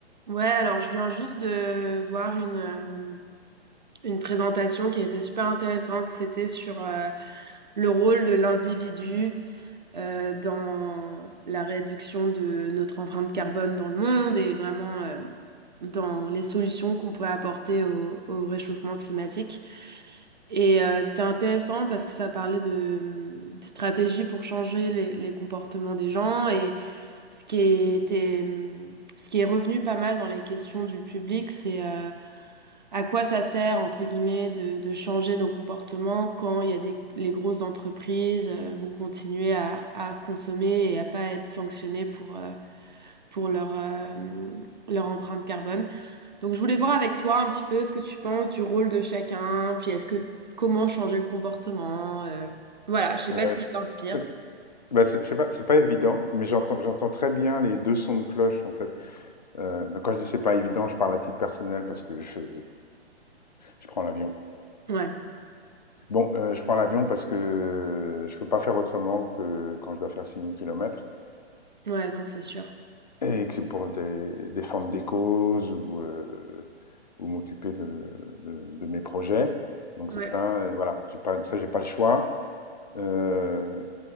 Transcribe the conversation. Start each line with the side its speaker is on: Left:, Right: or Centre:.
Right: Ouais, alors je viens juste de voir une, euh, une présentation qui a été super intéressante. C'était sur euh, le rôle de l'individu euh, dans la réduction de notre empreinte carbone dans le monde et vraiment euh, dans les solutions qu'on pourrait apporter au, au réchauffement climatique. Et euh, c'était intéressant parce que ça parlait de euh, stratégies pour changer les, les comportements des gens ce qui était, ce qui est revenu pas mal dans les questions du public, c'est euh, à quoi ça sert, entre guillemets, de, de changer nos comportements quand il y a des, les grosses entreprises euh, vont continuer à, à consommer et à pas être sanctionnées pour, euh, pour leur, euh, leur empreinte carbone. Donc je voulais voir avec toi un petit peu ce que tu penses du rôle de chacun, puis est-ce que comment changer le comportement. euh. voilà, je sais
Left: Ouais,
Right: pas si ça t'inspire.
Left: ok. Bah, c'est- je sais pas, c'est pas évident, mais j'entends, j'entends très bien les deux sons de cloche en fait. Euh, donc, quand je dis c'est pas évident, je parle à titre personnel parce que je, je prends l'avion.
Right: Ouais,
Left: Bon, euh, je prends l'avion parce que je peux pas faire autrement que quand je dois faire 6000 kilomètres
Right: ouais, non, c'est sûr.
Left: et que c'est pour des, défendre des causes ou, euh, ou m'occuper de, de, de mes projets. Donc
Right: Ouais.
Left: ça, euh, voilà, j'ai pas, ça j'ai pas le choix. Euh,